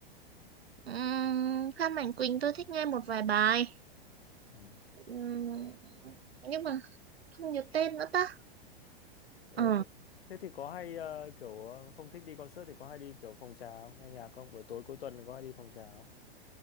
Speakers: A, on the right (about 80°); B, on the left (about 75°).
A: um, Phan Mạnh Quỳnh tôi thích nghe một vài bài
B: ừ.
A: Ừm, nhưng mà không nhớ tên nữa ta
B: ờ,
A: ờ
B: thế, thế thì có hay ờ, kiểu ờ, không thích đi concert thì có hay đi kiểu phòng trà không nghe nhạc không buổi tối cuối tuần có hay đi phòng trà không